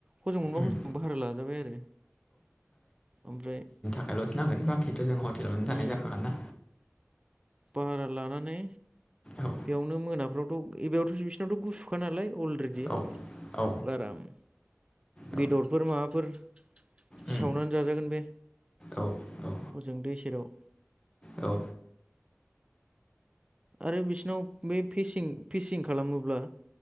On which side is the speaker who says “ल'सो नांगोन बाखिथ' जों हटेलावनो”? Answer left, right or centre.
Left